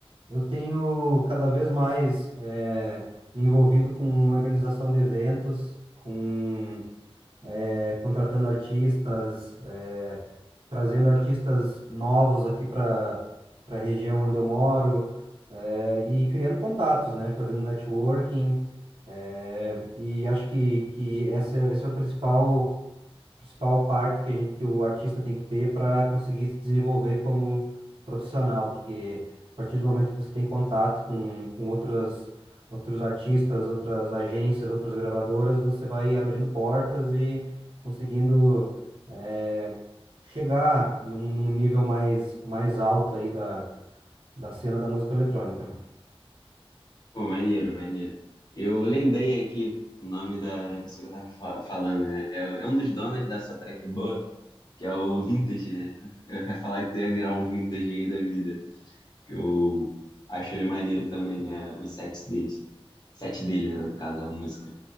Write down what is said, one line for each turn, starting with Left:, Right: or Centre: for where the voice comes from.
Right: Eu tenho cada vez mais eh, me envolvido com organização de eventos, com eh, contratando artistas, eh, trazendo artistas novos aqui para para a região onde eu moro, eh, e criando contatos, né? Fazendo networking. eh, e acho que, que esse, é- esse é o principal principal parte que a gente, que o artista tem que ter para conseguir se desenvolver como profissional, porque a partir do momento que você tem contato com, com outras, outros artistas, outras agências, outras gravadoras, você vai abrindo portas e conseguindo eh, chegar num, num nível mais, mais alto aí da, da cena da música eletrônica.
Left: Pô, maneiro, maneiro. Eu lembrei aqui o nome da, da pessoa que eu tava fa- falando, né? É, é um dos donos da sua track boa, que é o Vintage, né? <laughs> Eu ia falar que tu ia virar um Vintage aí da vida, que eu acho ele maneiro também, né? Os sets deles. Set dele, né? No caso, a música.